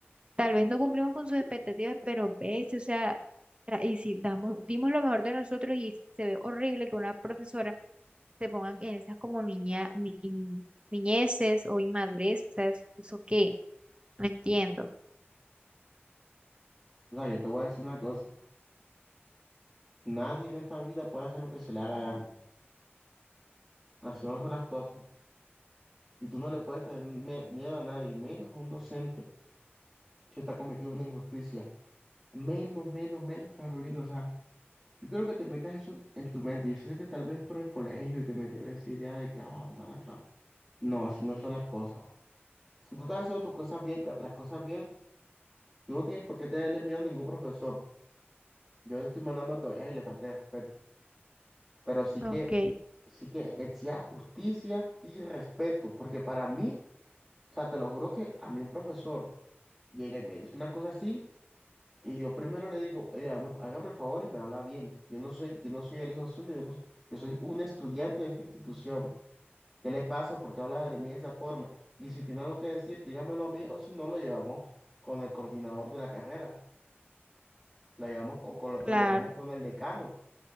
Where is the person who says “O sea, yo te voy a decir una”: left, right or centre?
Centre